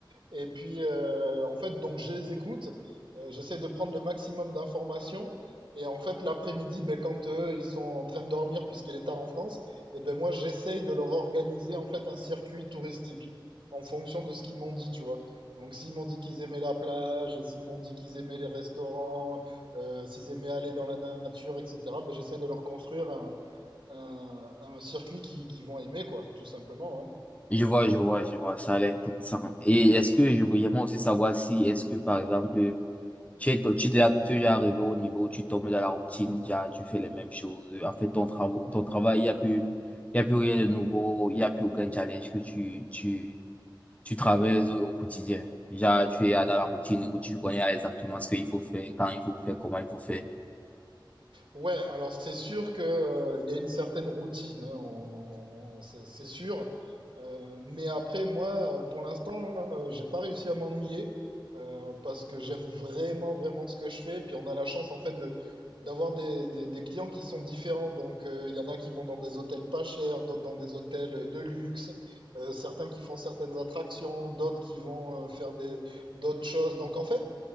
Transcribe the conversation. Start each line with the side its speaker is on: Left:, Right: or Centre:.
Right: Et puis, euh, en fait, donc je les écoute. Euh, j'essaie de prendre le maximum d'informations. Et en fait, l'après-midi, ben, quand eux, ils sont en train de dormir puisqu'il est tard en France, et ben moi, j'essaye de leur organiser en fait un circuit touristique en fonction de ce qu'ils m'ont dit, tu vois. Donc, s'ils m'ont dit qu'ils aimaient la plage, s'ils m'ont dit qu'ils aimaient les restaurants, euh, s'ils aimaient aller dans la nature, etc., ben, j'essaie de leur construire un, un, un circuit qui, qui vont aimer, quoi, tout simplement, hein.
Left: Je vois, je vois, je vois. Ça a l'air intéressant. Et est-ce que je voulais moi aussi savoir si, est-ce que par exemple, Tu es, tu es déjà, tu es déjà arrivé au niveau où tu tombes dans la routine, déjà, tu fais les mêmes choses. En fait, ton travail, ton travail, il n'y a plus, il y a plus rien de nouveau, il n'y a plus aucun challenge que tu, tu, tu traverses au quotidien. Déjà, tu es dans la routine où tu connais exactement ce qu'il faut faire, quand il faut faire, comment il faut faire.
Right: Ouais, alors c'est sûr que, euh, il y a une certaine routine, hein, on- on- c'est c'est sûr. Euh, mais après, moi, euh, pour l'instant, euh, j'ai pas réussi à m'ennuyer euh, parce que j'aime vraiment, vraiment ce que je fais. Puis on a la chance, en fait, de d'avoir des, des, des clients qui sont différents. Donc, euh, il y en a qui vont dans des hôtels pas chers, d'autres dans des hôtels de luxe, euh, certains qui font certaines attractions, d'autres qui vont euh, faire des d'autres choses. Donc, en fait,